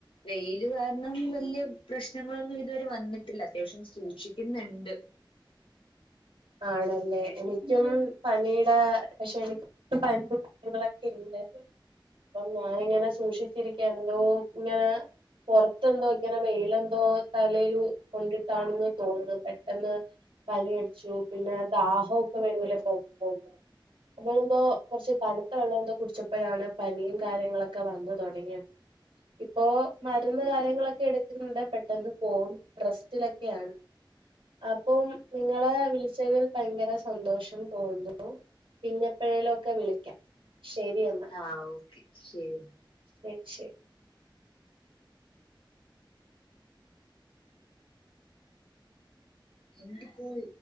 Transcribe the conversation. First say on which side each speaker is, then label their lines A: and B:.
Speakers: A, on the left; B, on the right.
A: വെയില് കാരണം വെല്ല്യ പ്രശ്നങ്ങളൊന്നും ഇതുവരെ വന്നിട്ടില്ല അത്യാവശ്യം സൂക്ഷിക്ക്യിന്ന്ണ്ട്
B: ആണല്ലേ പിന്നെ എനിക്ക്യും പനീടെ പക്ഷേ എനിക്ക് <unintelligible> ഇണ്ട് അപ്പം ഞാന്ങ്ങനെ സൂക്ഷിച്ചിരിക്കാ എന്തോ ഇങ്ങനെ പൊറ്ത്തെന്തോ ഇങ്ങനെ വെയിലെന്തോ തലേലു കൊണ്ടിട്ടാണെന്ന് തോണ്ന്ന് പെട്ടെന്ന് പനിയട്ച്ചു പിന്നെ ദാഹൊക്കെ വരൂലെ <unintelligible> അന്നെന്തോ കൊറച്ച് തണ്ത്ത വെള്ളന്തോ കുടിച്ചപ്പഴാണ് പനിയും കാര്യങ്ങളൊക്കെ വന്ന് തൊടങ്ങിയ ഇപ്പോ മരുന്ന് കാര്യങ്ങളൊക്കെ എട്ക്ക്ന്ന്ണ്ട് പെട്ടെന്ന് പോവും റസ്റ്റിലൊക്കെയാണ് അപ്പം നിങ്ങളെ വിളിച് വിളിച്ചതിൽ ഭയങ്കര സന്തോഷം തോന്നുന്നു പിന്നെപ്പോഴേലുമൊക്കെ വിളിക്കാം ശരി എന്നാ
A: ആഹ് ഓക്കെ ശരിയെന്നാ
B: <unintelligible>
A: എന്ത് കോൾ